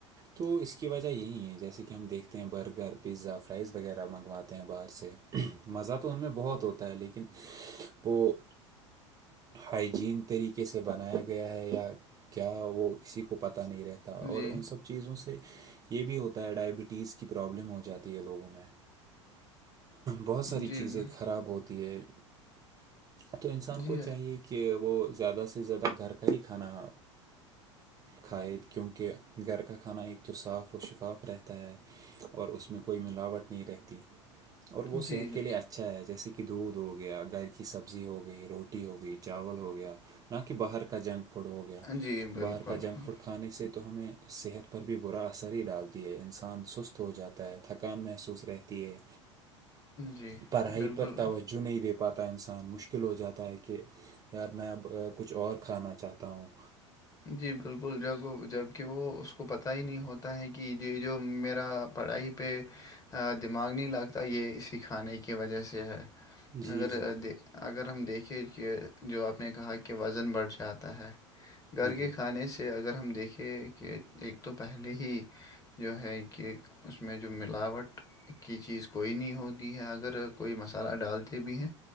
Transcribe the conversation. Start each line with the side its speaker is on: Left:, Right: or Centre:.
Right: تو اس کی وجہ یہی ہے جیسے کہ کہ ہم دیکھتے ہیں برگر پیزا فرائز وغیرہ منگواتے ہیں باہر سے مزہ تو ان میں بہت ہوتا ہے ہوتا ہے لیکن وہ ہائیجین طریقے سے بنایا گیا ہے یا کیا وہ کسی کو پتاہ نہیں رہتا اور
Left: جی
Right: ان سب چیزوں سے یہ بھی ہوتا ہے ٹیج کی پرابلم ہو جاتی ہے لوگوں میں بہت ساری
Left: جی
Right: چیزیں
Left: میم،
Right: خراب ہوتی ہے تو انسان
Left: جی
Right: کو چاہیے کہ کہ وہ زیادہ سے زیادہ گھر کا ہی کھانا کھائے کیونکہ گھر کا کھانا ایک تو صاف و شفاف رہتا ہے اور اس میں کوئی ملاوٹ نہیں رہتی اور وہ
Left: جی
Right: صحت کے لیے اچھا ہے جیسے کہ دودھ ہو گیا گھر کی سبزی ہو گئی روٹی ہو گئی چاول ہو گیا نہ کہ باہر کا جنک فوڈ ہو گیا
Left: جی بالکل
Right: باہر کا جنک
Left: ہاں،
Right: فوڈ کھانے سے تو ہمیں صحت پر بھی برا اثر ہی ڈالتی ہے انسان انسان سست ہو جاتا ہے تھکان محسوس رہتی ہے
Left: جی
Right: پڑھائی
Left: بالکل
Right: پر توجہ نہیں دے پاتا انسان مشکل ہو جاتا ہے کہ یار میں اب کچھ اور کھانا چاہتا ہوں
Left: جی بالکل جب جب کہ وہ اس کو پتا ہی نہیں ہوتا ہے کہ یہ جو میرا پڑھائی پہ دماغ نہیں لگتا یہ اس کھانے کی وجہ سے ہے
Right: جی
Left: مگر
Right: جی
Left: د اگر ہم دیکھیں کہ جو آپ نے کہا کہ وزن بڑھ جاتا ہے گھر کے
Right: جی
Left: کھانے سے اگر ہم دیکھیں کہ ایک تو پہلے ہی جو ہے کہ اس میں جو ملاوٹ کی چیز کوئی نہیں ہوتی ہے اگر کوئی مسالہ ڈالتے بھی ہیں